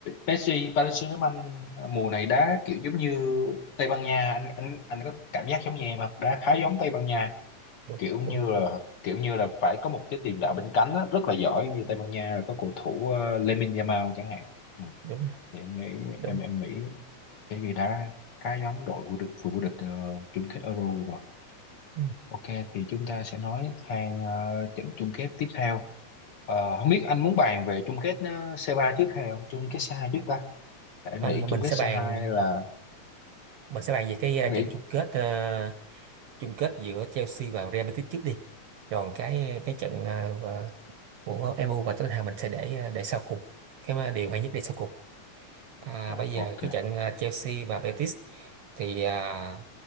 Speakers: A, on the left; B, on the right.
A: PSG Paris Saint-Germain mùa này đá kiểu giống như Tây Ban Nha anh anh anh có cảm giác giống như em không đá khá giống Tây Ban Nha
B: đúng
A: kiểu
B: đúng
A: như là kiểu như là phải có một cái tiền đạo bên cánh á, rất là giỏi như Tây Ban Nha là có cầu thủ uh, Lamine Yamal chẳng hạn ừ.
B: đúng
A: thì em nghĩ
B: đúng
A: em em nghĩ cái gì đã khá giống đội vô địch vừa vô địch ờ, chung kết Euro vừa rồi
B: Ừ.
A: ok thì chúng ta sẽ nói sang ờ, trận chung kết tiếp theo Ờ, không biết anh muốn bàn về chung kết ờ, C3 trước hay là chung kết C2 trước ta Tại em
B: à,
A: nghĩ chung
B: mình
A: kết
B: sẽ
A: C2
B: bàn
A: là
B: mình sẽ bàn về cái
A: em
B: uh,
A: nghĩ
B: trận chung kết ờ, chung kết giữa Chelsea và Real Betis trước đi rồi cái cái trận à, và- của MU và Tottenham mình sẽ để à, để sau cùng cái mà điều hay nhất để sau cùng à,
A: Dạ,
B: bây giờ
A: ok
B: cái trận à, Chelsea và Betis thì à,